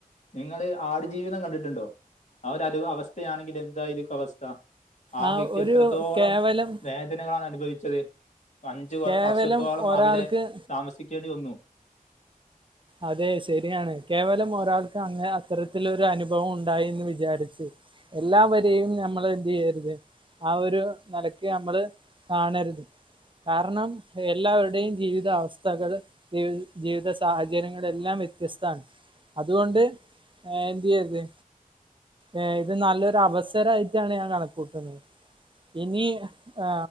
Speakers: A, on the left; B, on the right.
A: ഇങ്ങള് ആടുജീവിതം കണ്ടിട്ട്ണ്ടൊ അവര് ഒര് അവസ്ഥയാണെങ്കി എന്തായിരിക്കു അവസ്ഥ ആഹ്
B: ആ
A: വ്യക്തി
B: ഒരു
A: എത്രത്തോളം
B: കേവലം
A: വേദനകളാണ് അനുഭവിച്ചത് അഞ്ചു വർഷത്തോളം
B: കേവലം ഒരാൾക്ക്
A: അവിടെ താമസിക്കേണ്ടി വന്നു
B: അതെ ശരിയാണ് കേവലം ഒരാൾക്ക് അങ്ങനെ അത്തരത്തിലൊരനുഭവം ഉണ്ടായീന്ന് വിജാരിച്ച് എല്ലാവരെയും നമ്മൾ എന്ത് ചെയ്യരുത് ആഹ് ഒരു നിലക്ക് നമ്മള് കാണരുത് കാരണം എല്ലാവരുടെയും ജീവിതാവസ്ഥകൾ ജീവിത സാഹ <unintelligible> എല്ലാം വ്യത്യസ്താണ് അതുകൊണ്ട് എ എന്തെയ്യരുത്. ഏ ഇത് നല്ലൊരു അവസരമായിട്ടാണ് ഞാൻ കണക്കൂട്ടുന്നത് ഇനി ആ്